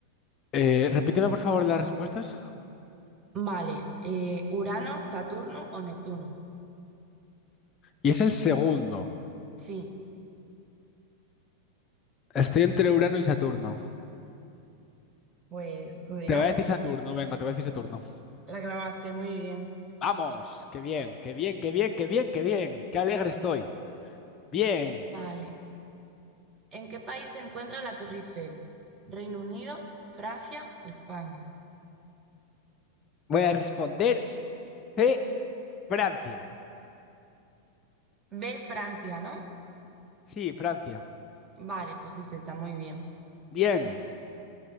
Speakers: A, on the left; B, on the right.
A: Eh, repíteme por favor las respuestas.
B: Vale, eh, ¿Urano, Saturno o Neptuno?
A: Y es el segundo.
B: Sí.
A: Estoy entre Urano y Saturno.
B: Pues tú dirás,
A: Te voy a decir Saturno, venga, te voy a decir Saturno.
B: la grabaste muy bien.
A: Vamos, qué bien, qué bien, qué bien, qué bien, qué bien. Qué alegre estoy. Bien,
B: Vale. ¿En qué país se encuentra la Torre Eiffel? ¿Reino Unido, Francia o España?
A: voy a responder C, Francia.
B: B, Francia, ¿no?
A: Sí, Francia.
B: Vale, pues es esa, muy bien.
A: Bien,